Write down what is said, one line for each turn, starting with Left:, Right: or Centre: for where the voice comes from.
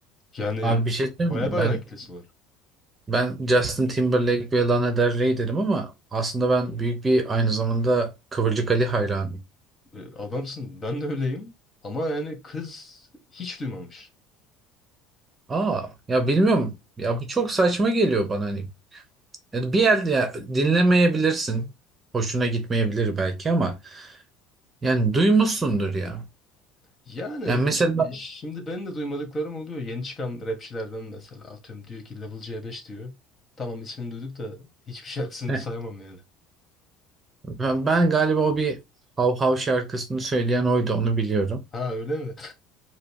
Left: Yani
Right: Abi bir şey söyleyeyim
Left: bayağı
Right: mi?
Left: bir hayran
Right: Ben
Left: kitlesi var.
Right: ben Justin Timberlake ve Lana Del Rey dedim ama aslında ben büyük bir aynı zamanda Kıvırcık Ali hayranıyım.
Left: E, Adamsın. Ben de öyleyim. Ama yani kız hiç duymamış.
Right: Aa ya bilmiyorum.
Left: Evet.
Right: Ya bu çok saçma geliyor bana hani. Yani bir yerde ya, dinlemeyebilirsin. Hoşuna gitmeyebilir belki ama yani duymuşsundur ya.
Left: Yani
Right: Yani mesela
Left: ş- e, şimdi ben de duymadıklarım oluyor. Yeni çıkan rapçilerden mesela atıyorum diyor ki Level C5 diyor. Tamam ismini duyduk da hiçbir şarkısını
Right: <laughs>
Left: sayamam yani.
Right: ben galiba o bir Hav Hav şarkısını söyleyen oydu onu biliyorum.
Left: Ha öyle mi?